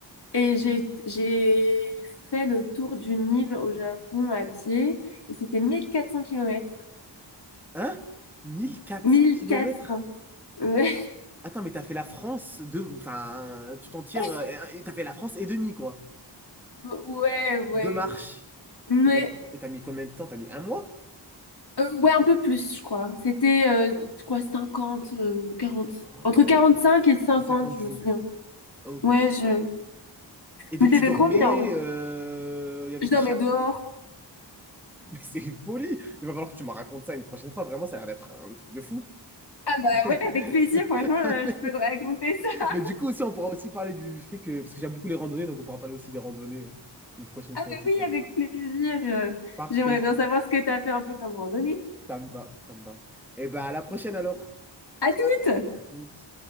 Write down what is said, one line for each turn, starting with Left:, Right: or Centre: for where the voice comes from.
Left: et j'ai j'ai fait le tour d'une île au Japon à pied et c'était mille quatre cents kilomètres
Centre: Hein? mille quatre
Left: mille
Centre: cents kilomètres
Left: quatre cents Ouais,
Centre: Attends, mais t'as fait la France de. Enfin, tout entière.
Left: <laughs>
Centre: euh, et T'as fait la France et demi, quoi.
Left: ouais, ouais.
Centre: Deux marches.
Left: Mais
Centre: Mais t'as mais t'as mis combien de temps? T'as mis un mois?
Left: euh, ouais, un peu plus, je crois. C'était, euh, je crois, 50 euh, ou quarante
Centre: Ah,
Left: Entre 45 et cinquante
Centre: Et 50
Left: je
Centre: jours.
Left: me souviens.
Centre: Ok.
Left: Ouais,
Centre: Et
Left: je...
Centre: donc,
Left: Mais c'était
Centre: tu dormais.
Left: trop bien. hein.
Centre: euh, Il y avait
Left: Je
Centre: des
Left: dormais
Centre: chats.
Left: dehors.
Centre: <laughs> Mais c'est une folie! Il va falloir que tu me racontes ça une prochaine fois. Vraiment, ça a l'air d'être un truc de fou.
Left: Bah
Centre: <laughs>
Left: ouais, avec plaisir, franchement, euh,
Centre: Ah, mais...
Left: je peux te raconter ça. <laughs>
Centre: mais du coup, aussi, on pourra aussi parler du fait que. Parce que j'aime beaucoup les randonnées, donc on pourra parler aussi des randonnées. hein. Une prochaine
Left: Ah
Centre: fois
Left: bah
Centre: aussi,
Left: oui,
Centre: ça
Left: avec
Centre: me va.
Left: plaisir. euh,
Centre: Parfait.
Left: J'aimerais bien savoir ce que t'as fait un peu comme randonnée.
Centre: Ça me va. Ça me va. Et bah, à la prochaine alors.
Left: À toutes!
Centre: À toutes.